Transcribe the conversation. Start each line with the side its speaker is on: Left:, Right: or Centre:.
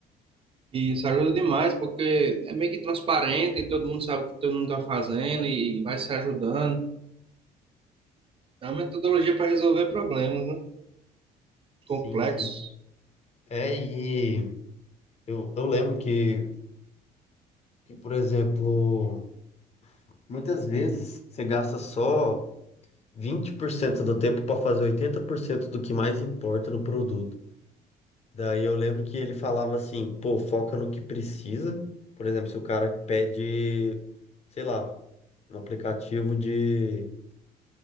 Right: e isso ajuda demais, porque é meio que transparente e todo mundo sabe o que todo mundo está fazendo e vai se ajudando. É uma metodologia para resolver problemas, né?
Left: Sim,
Right: Complexos.
Left: sim. É, e eu, eu lembro que, que, por exemplo, muitas vezes você gasta só 20% do tempo para fazer 80% do que mais importa no produto. Daí eu lembro que ele falava assim, pô, foca no que precisa. Por exemplo, se o cara pede, sei lá, um aplicativo de